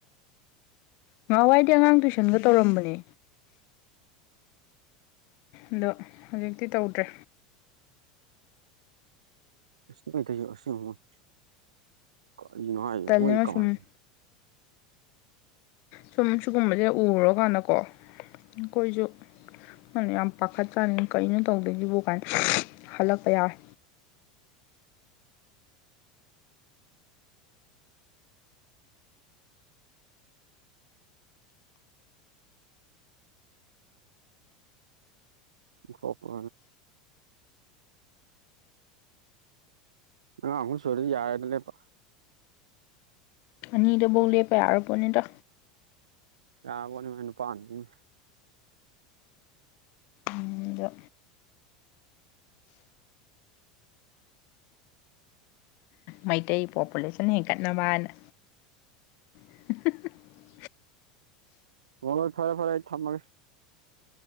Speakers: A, on the left; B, on the right.
A: ꯅꯍꯥꯟꯋꯥꯏꯗꯤ ꯑꯉꯥꯡ ꯇꯨꯏꯁꯟꯒ ꯇꯧꯔꯝꯕꯅꯦ ꯑꯗꯣ ꯍꯧꯖꯤꯛꯇꯤ ꯇꯧꯗ꯭ꯔꯦ
B: <inaudible>
A: ꯇꯜꯂꯤꯉꯣ ꯁꯨꯝ ꯁꯨꯝ ꯁꯤꯒꯨꯝꯕꯁꯦ ꯎꯔꯀꯥꯟꯗꯀꯣ ꯑꯩꯈꯣꯏꯁꯨ ꯈꯪꯗꯦ ꯌꯥꯝ ꯄꯥꯈꯠ ꯆꯥꯅꯤ ꯀꯩꯅꯣ ꯇꯧꯗꯣꯏꯁꯤꯕꯨ ꯀꯥꯏꯅ ꯍꯜꯂꯛꯄ ꯌꯥꯎꯋꯦ
B: <inaudible> ꯍꯣꯄ ꯑꯉꯥꯡ ꯑꯍꯨꯝ ꯁꯨꯔꯗꯤ ꯌꯥꯔꯦꯗ ꯂꯦꯞꯄ
A: ꯑꯅꯤꯗ ꯕꯨꯛ ꯂꯦꯞꯄ ꯌꯥꯔꯄꯣꯠꯅꯤꯗ
B: ꯌꯥꯕꯅꯤ ꯅꯨꯄꯥ ꯑꯃ ꯅꯨꯄꯤ ꯑꯃ
A: ꯑꯗꯣ ꯃꯩꯇꯩ ꯄꯣꯄꯨꯂꯦꯁꯟ ꯍꯦꯟꯒꯠꯅꯕꯅ <inaudible>
B: ꯃꯣꯏ ꯐꯔꯦ ꯐꯔꯦ ꯊꯝꯃꯒꯦ